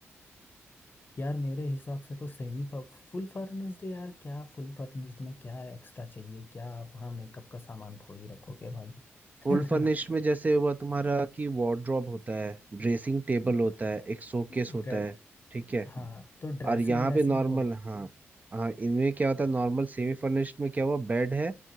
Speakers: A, on the left; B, on the right.
A: यार मेरे हिसाब से तो सेमी फुल फर्निश्ड यार क्या फुल फर्निश्ड में क्या एक्स्ट्रा चाहिए क्या आप हाँ मेकअप का सामान थोड़ी रखोगे भाई <laughs>
B: फुल
A: है ना
B: फर्निश्ड में जैसे हुआ तुम्हारा कि वार्डरोब होता है ड्रेसिंग टेबल होता है एक शोकेस
A: ड्रे,
B: होता है ठीक है
A: हाँ तो ड्रेसिंग
B: और यहाँ
A: व्रेसिंग
B: पे नॉर्मल
A: थोड़ी होगी।
B: हाँ हाँ इनमें क्या होता है नॉर्मल सेमी फर्निश्ड में क्या हुआ बेड है